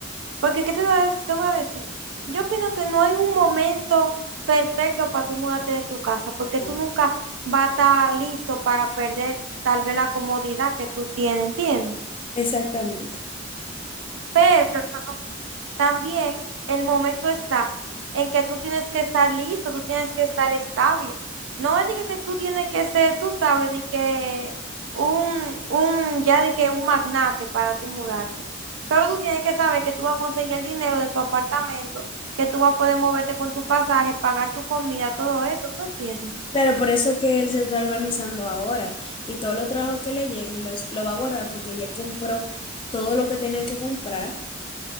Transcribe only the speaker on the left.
¿no?
Exactamente.
Claro, por eso que él se está organizando ahora y todos los trabajos que le lleguen los, lo va a guardar porque ya él compró todo lo que tenía que comprar.